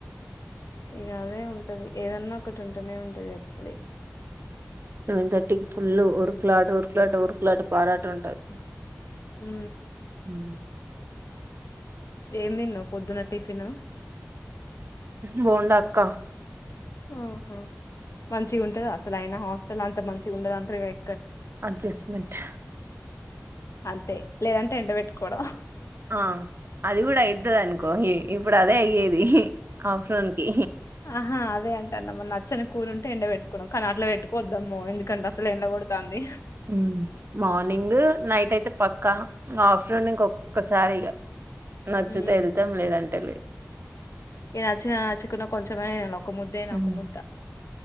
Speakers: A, on the left; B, on the right.
A: ఇక అదే ఉంటది ఏదన్నా ఒకటి ఉంటూనే ఉంటది ఎప్పుడు
B: సెవెన్ థర్టీకి ఫుల్ ఉరు క్లాటు ఉరు క్లాట్ రు క్లాటు పరాటంటది
A: ఉ
B: మ్మ్
A: ఏం తిన్నావ్ పొద్దున్న టిఫిన్
B: బోండ అక్క
A: ఆహ మంచిగుంటదా అసలు అయినా హాస్టల్ అంత మంచిగా ఉండదు అంటారుగా ఎ
B: అడ్జెస్ట్మెంట్
A: అంతే లేదంటే ఎండబెట్టుకోవడం
B: ఆ అది కూడా అయితది అనుకో ఇప్పుడు అదే అయ్యేది ఆఫ్టర్నూన్ ‌కి
A: ఆహా అదే అంటన్నావా నచ్చని కూరుంటే ఎండ పెట్టుకోడం కానీ అట్ల పెట్టుకోవద్దామో ఎందుకంటే అసలే ఎండకోడతాంది
B: మ్మ్ మార్నింగ్ నైట్ అయితే పక్కా ఆఫ్టర్నూన్ ఇంక ఒక్కొక్కసారి ఇగా నచ్చుతే
A: ఉమ్
B: ఎళ్తాం లేదంటే లేదు
A: ఇగ నచ్చిన నచ్చుకున్న కొంచెమైనా తినాలా ఒక ముద్దేన
B: లేదు
A: ఒక ముద్ద